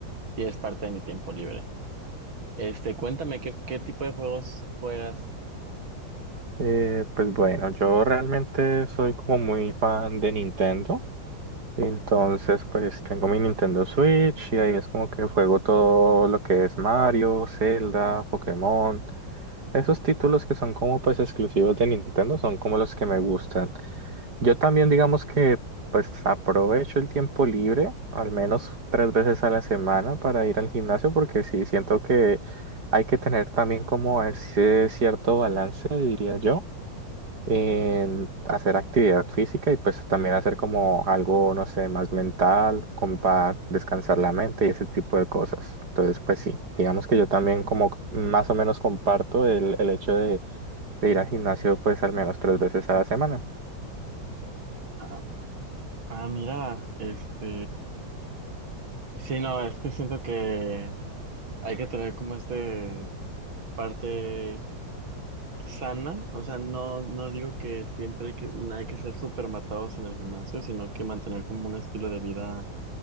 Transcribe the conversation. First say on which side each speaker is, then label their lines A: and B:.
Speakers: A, on the right; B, on the right.
A: sí es parte de mi tiempo libre. Este, cuéntame qué, qué tipo de juegos juegas.
B: Eh, pues bueno, yo realmente soy como muy fan de Nintendo. Entonces, pues tengo mi Nintendo Switch y ahí es como que juego todo lo que es Mario, Zelda, Pokémon. Esos títulos que son como pues exclusivos de Nintendo son como los que me gustan. Yo también digamos que pues aprovecho el tiempo libre al menos tres veces a la semana para ir al gimnasio porque sí, siento que hay que tener también como ese cierto balance, diría yo en hacer actividad física y pues también hacer como algo, no sé, más mental, como para descansar la mente y ese tipo de cosas. Entonces, pues sí, digamos que yo también como más o menos comparto el, el hecho de, de ir al gimnasio pues al menos tres veces a la semana.
A: Ah, ah, mira, este sí, no, es que siento que hay que tener como este parte sana, o sea, no, no digo que siempre hay que, hay que ser súper matados en el gimnasio, sino que mantener como un estilo de vida